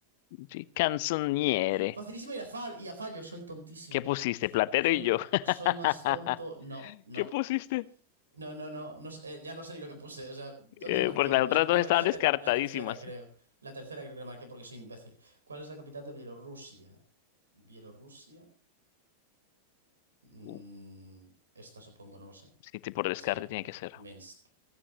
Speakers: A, on the left; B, on the right.
A: Sí, Canzoniere.
B: Facilísima y a, far, y a fallo, soy tontísimo.
A: ¿Qué pusiste? Platero
B: Soy,
A: y
B: ma-
A: yo. <laughs>
B: soy más tonto. No, no.
A: ¿Qué pusiste?
B: No, no, no. no sé, eh, ya no sé ni lo que puse. O sea, ¿dónde
A: Eh,
B: le marqué?
A: porque las
B: La-
A: otras
B: le
A: dos
B: marqué
A: estaban
B: la,
A: descartadísimas.
B: ter- la tercera, creo. La tercera creo que le marqué porque soy imbécil. ¿Cuál es la capital de Bielorrusia? Bielorrusia. Mm,
A: Uh,
B: esta supongo, no lo sé.
A: Sí, te- por descarte
B: Sí,
A: tiene que ser
B: Minsk.